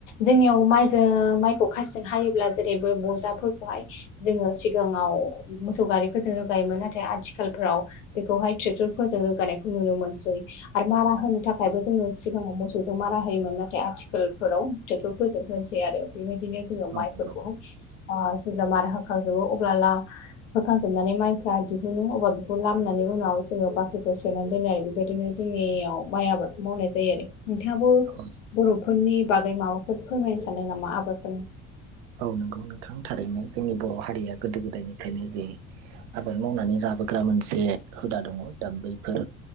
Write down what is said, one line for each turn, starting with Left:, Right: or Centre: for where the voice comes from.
Left: जोंनियाव माइजो माइखौ खासिजों हायोब्ला जेरै बे बजाफोरखौहाय जोङो सिगाङाव मोसौ गारिफोरजों रोगायोमोन नाथाय आथिखालफोराव बेखौहाय ट्रेक्टरफोरजों रोगानायखौ नुनो मोनसै आरो मारा होनो थाखायबो जोङो सिगाङाव मोसौ मोसौजों मारा होयोमोन नाथाय आथिखालफोराव टेक्टरफोरजों होनसै आरो बेबायदिनो जोङो माइफोरखौ
Right: औ नंगौ
Left: ओ जेब्ला मारा होखांजोबो अब्ला ला होखांजोबनानै माइफ्रा दिहुनो अब्ला बेखौ लामनानै उनाव जोङो बाख्रिखौ सोनानै दोनो आरो बेबायदिनो जोंनियाव माइ आबादखौ मावनाय जायो आरो नोंथाङाबो
Right: औ
Left: बर'फोरनि बागै माबाफोर फोरमायनो सानदों नामा आबादफोरनि
Right: औ नंगौ नोंथां थारैनो जोंनि बर' हारिया गोदो गोदायनिफ्रायनो जे आबाद मावनानै जाबा लाबोग्रा मोनसे हुदा दङ दा बैफोर